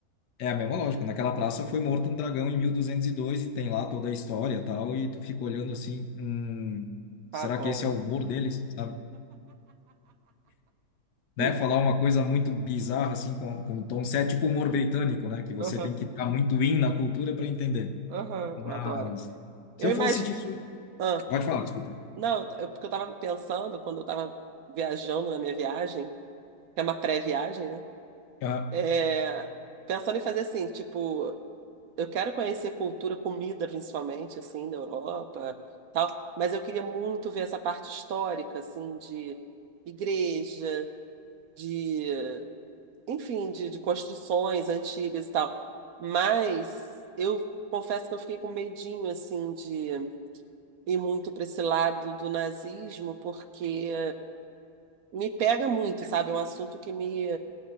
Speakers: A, on the left; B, on the right.
A: É a mesma lógica. Naquela praça foi morto um dragão em 1202 e dois e tem lá toda a história e tal. E tu fica olhando assim, hum,
B: Tá
A: será
B: bom.
A: que esse é o humor deles, sabe? Né?
B: Sim.
A: Falar uma coisa muito bizarra assim com, com um tom sério, é tipo humor britânico, né? Que você
B: Aham,
A: tem que estar muito in na cultura para entender.
B: aham,
A: Mas
B: eu adoro. Eu
A: se eu
B: imagino.
A: fosse disso,
B: Ah,
A: pode falar, desculpa.
B: não, eu- porque eu tava pensando quando eu tava viajando na minha viagem, que é uma pré-viagem, né?
A: Ah,
B: É, pensando em fazer assim, tipo. eu quero conhecer cultura, comida principalmente, assim, da Europa, tal, mas eu queria muito ver essa parte histórica, assim, de igreja, de, enfim, de, de construções antigas e tal. Mas eu confesso que eu fiquei com medinho, assim, de ir muito para esse lado do nazismo, porque me pega muito, sabe? É um assunto que me...